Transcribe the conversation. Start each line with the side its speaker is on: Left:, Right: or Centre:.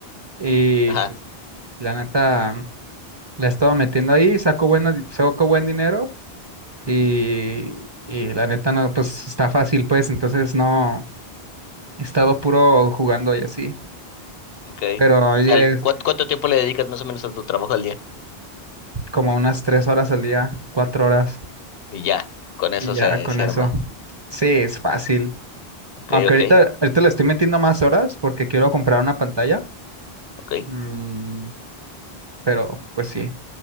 Right: y
Left: Ajá,
Right: pues la neta la he estado metiendo ahí, saco bueno di- saco buen dinero y, y la neta no, pues está fácil pues, entonces no he estado puro jugando y así,
Left: ok.
Right: pero ya
Left: Tal-
Right: es
Left: ¿cuán- ¿Cuánto, tiempo le dedicas más o menos a tu trabajo al día?
Right: como unas tres horas al día, cuatro horas
Left: Y ya, con eso
Right: y ya
Left: se,
Right: con
Left: se
Right: eso.
Left: arma.
Right: Sí, es fácil.
Left: Ok,
Right: Aunque
Left: ok,
Right: ahorita, ahorita le estoy metiendo más horas porque quiero comprar una pantalla,
Left: ok.
Right: mm, pero pues sí,